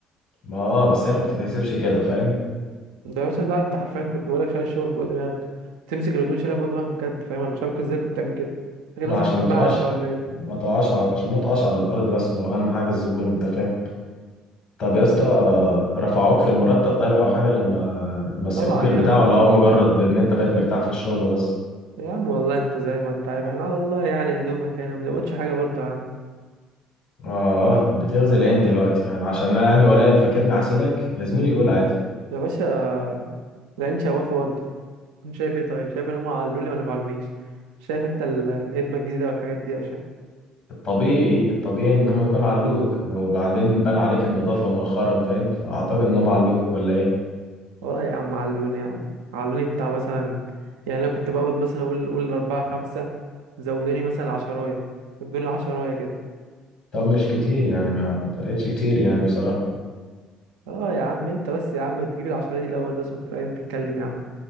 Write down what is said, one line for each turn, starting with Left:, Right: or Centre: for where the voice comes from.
Left: ما اه بس هي ما بتتحسبش كده فاهم
Right: ده يا باشا لا انت حرفيا كنت بقولك شايل الشغل فوق دماغك تمسك الهدوم شايلها فوق دماغك بجد فاهم انا مش عارف كنت ازاي كنت تعمل كده فاكر
Left: ما
Right: نفسك
Left: عشان
Right: شماعة
Left: ما تقعش
Right: يا اسطى ولا ايه
Left: ما تقعش ع- عشان ما تقعش على الارض بس ما هو اهم حاجه الزبون انت فاهم طب يا اسطى رفعوك في المرتب طيب او حاجه لما مسكوك
Right: طبعا
Left: البتاع
Right: يا عم
Left: ولا هو مجرد ان انت بقيت مرتاح في الشغل بس
Right: يا عم والله انت زي ما انت عارف احنا على الله يعني يا دوبك يعني ما بنقبضش حاجة برضه يا عم
Left: اه بتغزي العين دلوقتي يعني عشان انا يعني قليل فاكرني احسدك يا زميلي قول عادي
Right: يا باشا العين شوافة برضه انت شايف ايه طيب شايف ان هم علوني ولا ما علونيش شايف انت ال- الهدمه الجديده والحاجات دي يا شايف
Left: الطبيعي الطبيعي ان هم يكون علوك وبعدين بان عليك النظافه مؤخرا فاهم فاعتقد ان هم علوك ولا ايه
Right: اه يا عم علوني يا عم علوني بتاع مثلا يعني انا كنت بقبض مثلا اقول اقول اربعة خمسة زودوني مثلا عشراية ادوني عشراية كده
Left: طب مش كتير يعني ما فرقتش كتير يعني بصراحة
Right: اه يا عم انت بس يا عم تجيب العشراية دي الاول بس وبعدين تتكلم يا عم